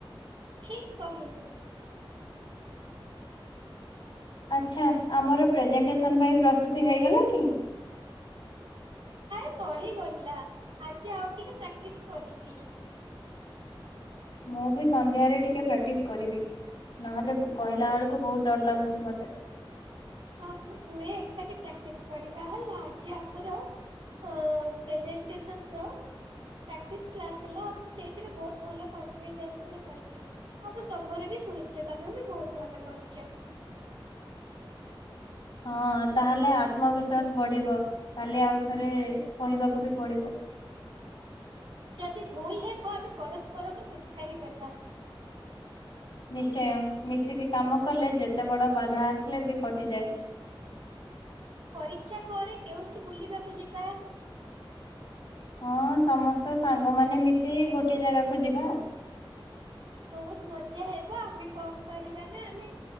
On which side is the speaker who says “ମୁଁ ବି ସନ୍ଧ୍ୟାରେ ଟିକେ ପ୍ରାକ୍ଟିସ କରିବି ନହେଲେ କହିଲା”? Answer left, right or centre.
Left